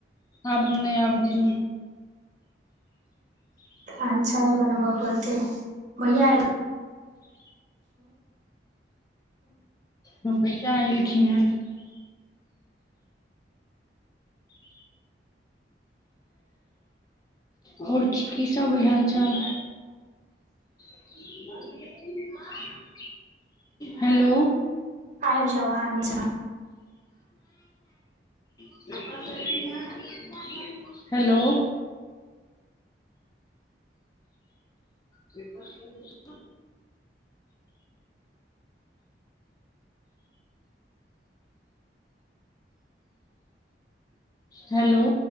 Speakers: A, on the left; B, on the right.
A: आब नहि आबथिन
B: तान चाय बनबऽ पड़तै भैया एल
A: हम भैया एलखिन हेँ आओर की सब अइ हाल चाल <unintelligible> मां हेलो
B: आइब जाउ आहां
A: <unintelligible> हेलो ब <unintelligible> हेलो